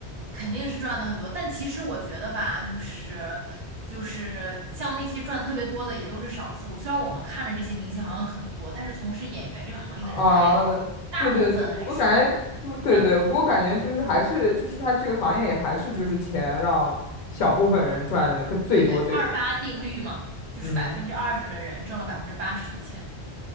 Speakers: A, on the right; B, on the left.
A: 肯定是赚的很多。但其实我觉得吧，就是就是像那些赚得特别多的也都是少数。虽然我们看着这些明星好像很多，但是从事演员这个行业的人太多，
B: 啊，
A: 大部分还是
B: 对对对，不过感觉不对对，
A: 一般。
B: 不过感觉就是还是就是他这个行业也还是就是钱让小部分人赚的个最多最多。
A: 对对对，二八定律嘛，就是百分之二十的人挣了百分之八十的钱，
B: 嗯，